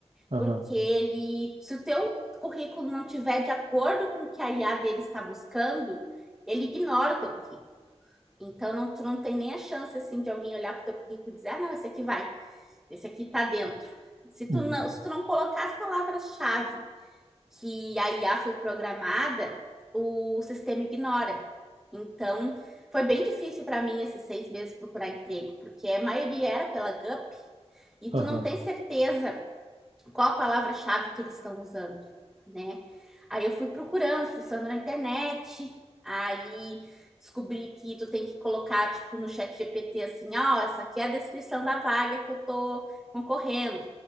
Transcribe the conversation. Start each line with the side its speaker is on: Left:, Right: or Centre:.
Right: Aham.
Centre: porque ele, se o teu currículo não tiver de acordo com o que a IA dele está buscando, ele ignora o teu currículo. Então, não, tu não tem nem a chance, assim, de alguém olhar para o teu currículo e dizer, ah, não, esse aqui vai, esse aqui está dentro. Se tu
Right: Uhum.
Centre: não, se tu não colocar as palavras-chave que a IA foi programada, o sistema ignora. Então, foi bem difícil para mim esses seis meses procurar emprego, porque a maioria era pela GUP e
Right: Aham.
Centre: tu não tem certeza qual a palavra-chave que eles estão usando, né? Aí eu fui procurando, fuçando na internet, aí descobri que tu tem que colocar, tipo, no chat GPT assim, ó, oh, essa aqui é a descrição da vaga que eu tô concorrendo.